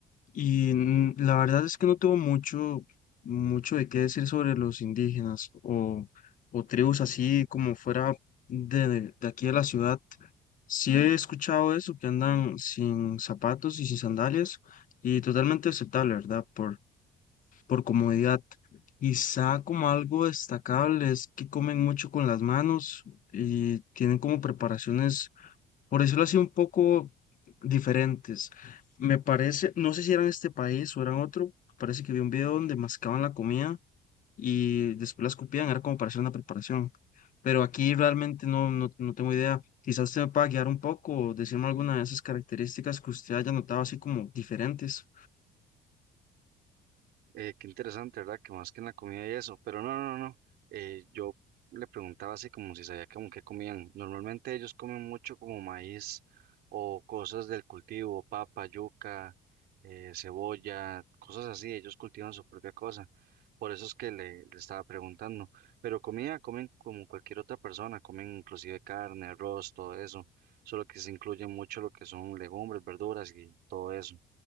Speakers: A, on the left; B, on the right.
A: Y n- la verdad es que no tengo mucho, mucho de qué decir sobre los indígenas o, o tribus así como fuera de, de aquí de la ciudad. Sí he escuchado eso, que andan sin zapatos y sin sandalias y totalmente aceptable, ¿verdad? Por, por comodidad. Quizá como algo destacable es que comen mucho con las manos y tienen como preparaciones por decirlo así, un poco diferentes. Me parece, no sé si eran este país o eran otro, parece que vi un video donde mascaban la comida y después la escupían, era como para hacer una preparación. Pero aquí realmente no, no, no tengo idea. Quizás usted me pueda guiar un poco, decirme alguna de esas características que usted haya notado así como diferentes.
B: Eh, qué interesante, ¿verdad? Que más que en la comida y eso. Pero no, no, no. no. Eh, yo le preguntaba así como si sabía como qué comían. Normalmente ellos comen mucho como maíz o cosas del cultivo, papa, yuca, eh, cebolla, cosas así. Ellos cultivan su propia cosa. Por eso es que le, le estaba preguntando. Pero comida comen como cualquier otra persona. Comen inclusive carne, arroz, todo eso. Solo que se incluye mucho lo que son legumbres, verduras y todo eso.